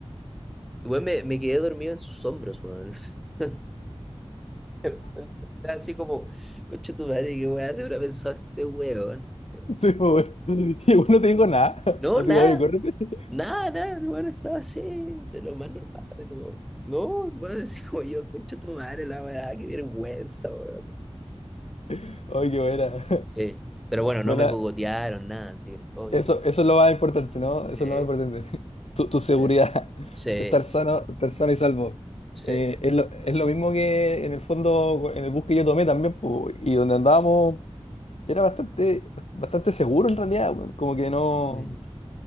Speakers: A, in the centre; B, on the left.
A: Weón, me, me quedé dormido en sus hombros, weón. <laughs> Estaba Así como, concha tu madre, qué weá te habrá pensado este weón. Así.
B: Sí, pues, weón. <laughs> Y bueno, no te digo nada. <laughs>
A: No,
B: Así
A: nada,
B: que, oye, córrete.
A: nada, nada, el weón estaba así, de lo más normal, de como, no, el weón, <laughs> así como yo, concha tu madre, la weá, qué vergüenza, weón.
B: <laughs> Oye, qué buena.
A: Sí, pero bueno, no
B: <laughs> Buena,
A: me cogotearon, nada, así que todo bien.
B: Eso, eso es lo más importante, ¿no?
A: Sí,
B: Eso es lo más importante. <laughs> Tu, tu seguridad,
A: sí,
B: <laughs>
A: sí,
B: estar sano, estar sano y salvo.
A: sí.
B: Eh, es lo, es lo mismo que en el fondo, en el bus que yo tomé también, po, y donde andábamos era bastante, bastante seguro en realidad, weón. como que no...
A: Mm.